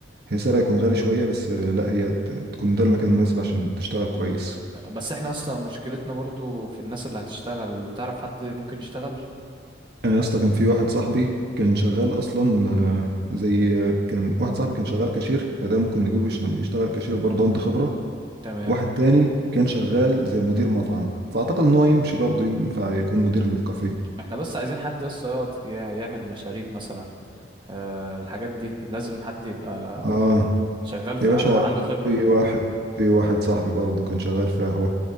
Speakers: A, on the right; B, on the right.
A: هي سعرها يكون غالي شوية بس آه، لا هي ت- تكون ده المكان المناسب عشان تشتغل كويس
B: بس احنا اصلا مشكلتنا برضو في الناس اللي هتشتغل تعرف حد ممكن يشتغل
A: انا يا اسطى كان في واحد صاحبي كان شغال اصلا آه، زي آه، كان واحد صاحبي كان شغال كاشير فده ممكن نجيبه يش- يشتغل كاشير برضه عنده خبره
B: تمام
A: واحد تاني كان شغال زي مدير مطعم فاعتقد ان هو يمشي برضه ينفع يكون مدير للكافيه
B: احنا بس عايزين حد يس يقعد يع- يعمل المشاريب مثلا أه الحاجات دي لازم حد يبقى
A: اه
B: شغال في
A: يا باشا
B: قهوة عنده خبرة
A: في
B: في الموضوع
A: واحد في واحد صاحبي برضه كان شغال في قهوه